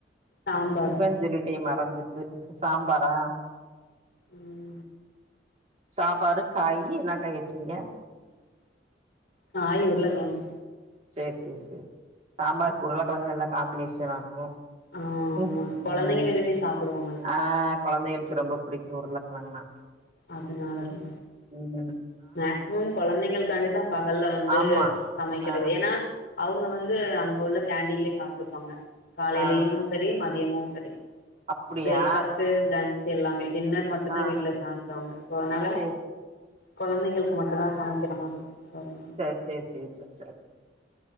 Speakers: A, on the left; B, on the right.
A: சாம்பாருங்க
B: சிக்கன் சொல்லிட்டே மறந்துட்டு இப்ப சாம்பாரா
A: உம்
B: சாப்பாடு காய் என்ன காய் வச்சிங்க
A: காய் உருளக்கெழங்கு
B: சேரி சேரி சேரி சாம்பார்க்கு உருளக்கெழங்கு நல்லா காம்பினேஷன இருக்கு
A: ஆமா
B: உம்
A: கொழந்தைங்க
B: உம்
A: விரும்பி சாப்புடுவாங்கல்ல
B: ஆ கொழந்தைகளுக்கு ரொம்ப பிடிக்கு உருளக்கெழங்னா
A: அதனால தா
B: உம்
A: மேக்சிமம் கொழந்தைங்கள்காண்டிதா பகல்ல வந்து
B: ஆமா
A: சமைக்கிறது
B: ஆ
A: ஏன்னா அவுங்க வந்து அங்க உள்ள கேண்டீன்லயே சாப்டுப்பாங்க காலேலயு
B: ஆ
A: சரி மதியமு சரி
B: அப்டியா
A: பிரேக்பாஸ்ட்டு லன்ச் எல்லாமே டின்னர் மட்டுந்
B: ஆ
A: தா வீட்டுல சாப்பிட்டோ அங்க சோ அதனால
B: சேரி
A: கொழந்தைங்களுக்கு மட்டுந்தா சமைக்கற மாரி இருக்கு சோ அதனால
B: சேரி சேரி சேரி சரி சரி